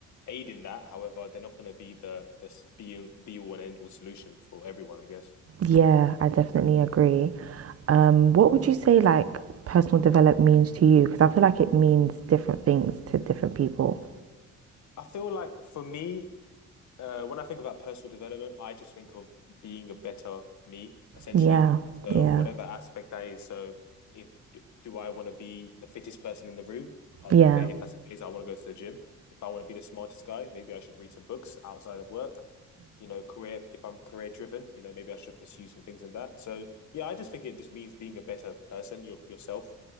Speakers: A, on the left; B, on the right.
A: aid in that. However, they're not going to be the the s- be be all and end all solution for everyone. I guess.
B: Yeah, I definitely agree. Um, what would you say like personal development means to you? Because I feel like it means different things to different people.
A: I feel like for me, Uh, when I think about personal development, I just think of being a better me, essentially.
B: Yeah,
A: So
B: yeah,
A: whatever aspect that is. So if do, do I want to be the fittest person in the room? Uh,
B: yeah.
A: Okay, if that's the case, I want to go to the gym. If I want to be the smartest guy, maybe I should read some books outside of work. You know, career, if I'm career driven, you know, maybe I should pursue some things in that. So yeah, I just think it just means being a better person, your yourself.